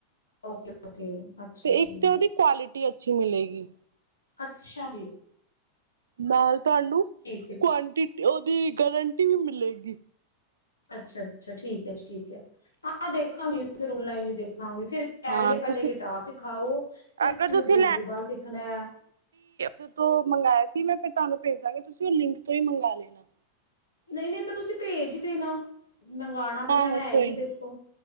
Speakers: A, on the left (about 75°); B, on the right (about 65°).
A: ਓਕੇ। ਓਕੇ ਅੱਛਾ
B: ਤੇ ਇੱਕ
A: ਜੀ
B: ਤਾਂ ਉਹਦੀ ਕੁਆਲਿਟੀ ਅੱਛੀ ਮਿਲੇਗੀ।
A: ਅੱਛਾ ਜੀ।
B: ਨਾਲ ਤੁਹਾਨੂੰ
A: ਠੀਕ ਹੈ ਜੀ
B: ਕੁਆਂਟੀਟੀ ਦੀ ਗਾਰੰਟੀ ਵੀ ਮਿਲੇਗੀ।
A: ਅੱਛਾ-ਅੱਛਾ ਠੀਕ ਹੈ ਜੀ ਠੀਕ ਹੈ ਹਾਂ ਦੇਖਾਂਗੇ ਫਿਰ ਆਨਲਾਈਨ ਦੇਖ ਹਾਂਗੀ ਫੇਰ ਕਹਿ
B: ਹਾਂ
A: ਰਹੀਏ ਪਹਿਲੇ
B: ਤੁਸੀਂ
A: ਗਿਟਾਰ ਸਿਖਾਓ ਫਿਰ
B: ਅਗਰ
A: ਮੈਨੂੰ
B: ਤੁਸੀਂ
A: ਦਿਲ ਰੂਬਾ ਸਿੱਖਣਾ
B: ਜਦੋਂ ਮੰਗਾਇਆ ਸੀ ਮੈਂ ਫਿਰ ਤੁਹਾਨੂੰ ਭੇਜਾਂਗੀ ਤੁਸੀਂ ਲਿੰਕ ਤੋਂ ਹੀ ਮੰਗਵਾ ਲੈਣਾ
A: ਨਹੀਂ ਨਹੀਂ ਤਾਂ ਤੁਸੀਂ ਭੇਜ ਹੀ ਦੇਣਾ। ਮੰਗਵਾਉਣਾ ਤੇ
B: ਹਾਂ-ਹਾਂ
A: ਮੈਂ ਹੈ
B: ਕੋਈ
A: ਹੀ ਏ
B: ਨੀ
A: ਦੇਖੋ।